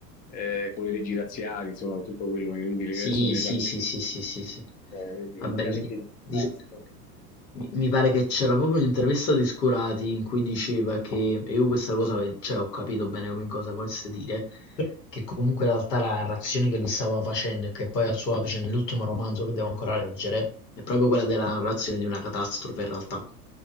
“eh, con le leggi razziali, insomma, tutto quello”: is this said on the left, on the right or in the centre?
Left